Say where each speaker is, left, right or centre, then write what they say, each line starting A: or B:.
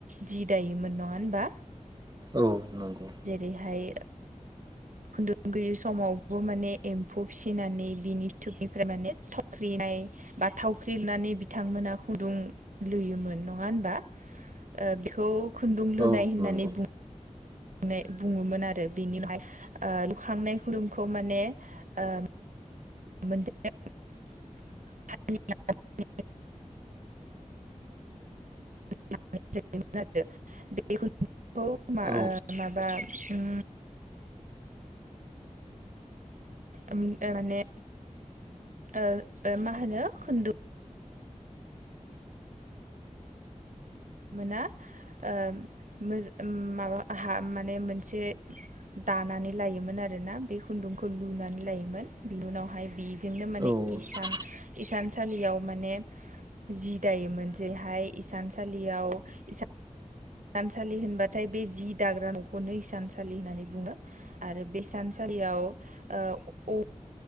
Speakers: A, on the right; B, on the right.
A: जि दायोमोन नङा होनबा?
B: औ नंगौ
A: जेरैहाय खुन्दुं गैयि समावबो माने एम्फौ फिसिनानै बिनि बेनिफ्राय माने थावख्रिनाय बा थावख्रिनानै बिथांमोना खुन्दुं लुयोमोन नङा होनबा बेखौ खुन्दुं लुनाय
B: औ
A: होननानै
B: नंगौ
A: बुङो नाय बुङोमोन आरो बेनिफ्राय लुखांनाय खुुरुमखौ माने ओ <unintelligible> <unintelligible> <unintelligible> खौ मा
B: औ
A: ओ माबा उम ओ माने ओ ओ मा होनो खुदुं मोना ओ मोजा माबा हा माने मोनसे दानानै लायोमोन आरोना बे खुन्दुंखौ लुनानै लायोमोन। बेनि उनावहाय बिजोंनो माने
B: औ
A: इसान इसानसालियाव माने जि दायोमोन जेहाय इसानसालि याव इसा <unintelligible> होनबाथाय बे जि दाग्रा न'खौनो हिसानसालि होननानै बुङो आरो बे हिसानसालियाव ओ औ